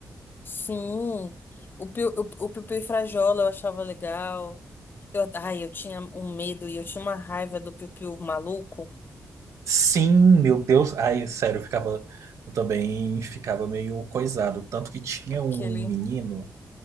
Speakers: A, on the left; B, on the right.
A: sim. O Piu, o, o Piu Piu e Frajola eu achava legal. Eu, ai, eu tinha um medo e eu tinha uma raiva do Piu Piu maluco,
B: Sim, meu Deus, ai, sério, eu ficava, eu também ficava meio coisado, tanto que tinha
A: aquele.
B: um menino